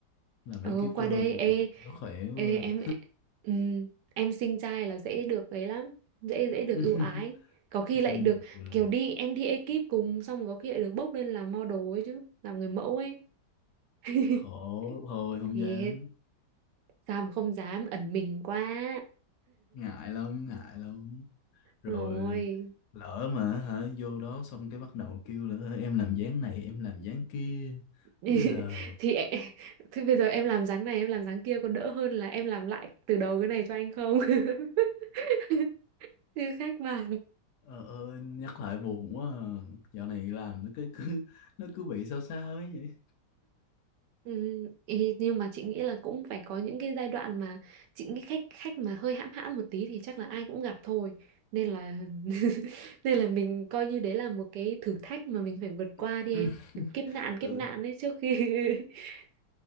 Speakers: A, on the left; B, on the right.
A: làm
B: ừ
A: ekip
B: qua
A: cho bên
B: đây
A: của
B: ê,
A: chị nó khỏe quá
B: ê em ừ, em sinh trai là dễ được ấy lắm dễ dễ được
A: <laughs>
B: ưu ái có khi lại
A: xin
B: được
A: gì trời
B: kiểu đi em đi ekip cùng xong có khi lại được bốc lên làm model ấy chứ làm người mẫu ấy <laughs>
A: khổ thôi không
B: thì
A: dám
B: sao mà không dám ẩn mình quá
A: ngại lắm ngại lắm rồi
B: rồi
A: lỡ mà hả vô đó xong cái bắt đầu kêu là "Ơ, em làm dáng này em làm dáng kia
B: <laughs>
A: bây giờ
B: thì em- thì bây giờ em làm dáng này em làm dáng kia có đỡ hơn là em làm lại từ đầu cái này cho anh không <laughs> như khách vào
A: ờ, ờ, <laughs> nhắc lại buồn quá à. dạo này làm nó cứ, cứ nó cứ bị sao sao ấy vậy
B: Ừ, ý- nhưng mà chị nghĩ là cũng phải có những cái giai đoạn mà chị nghĩ khách khách mà hơi hãm hãm một tí thì chắc là ai cũng gặp thôi nên là <laughs> nên là mình coi như đấy là một cái thử thách mà mình phải vượt qua
A: <laughs>
B: đi em kiểu kiếp nạn kiếp
A: thử
B: nạn đấy trước khi <laughs>